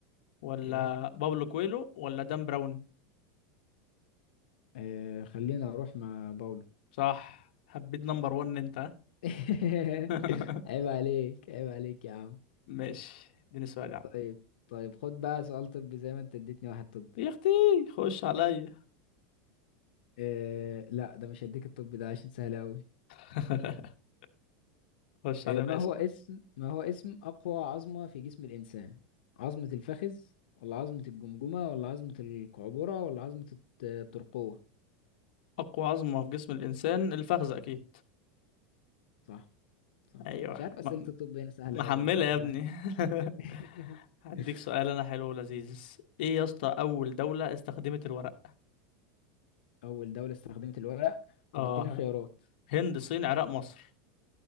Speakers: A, on the left; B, on the left.
A: ولا
B: اوكي
A: باولو كويلو ولا دان براون
B: آه خلينا اروح مع باولو
A: صح حبيت نمبر 1 انت ها؟
B: <laughs>
A: <laughs>
B: عيب عليك عيب عليك يا عم
A: ماشي اديني سؤال يا عم
B: طيب طيب خد بقى سؤال طبي زي ما انت اديتني واحد طبي
A: يا اختي خش عليا
B: آه لا ده مش هديك الطبي ده عشان سهل قوي
A: <laughs> خش
B: آه
A: عليا
B: ما
A: بقى اسأل.
B: هو اسم ما هو اسم اقوى عظمة في جسم الانسان عظمة الفخذ ولا عظمة الجمجمة ولا عظمة القعبرة ولا عظمة الت- الترقوة
A: اقوى عظمة في جسم الانسان الفخذ اكيد
B: صح صح
A: ايوه
B: مش عارف اسئلة
A: م
B: الطب هنا سهلة
A: محملة
B: قوي ولا
A: يا
B: ولا
A: ابني <laughs>
B: احنا <laughs>
A: هديك سؤال انا حلو ولذيذ ايه يا اسطى اول دولة استخدمت الورق
B: أول دولة استخدمت الورق طب
A: اه
B: اديني خيارات
A: هند صين عراق مصر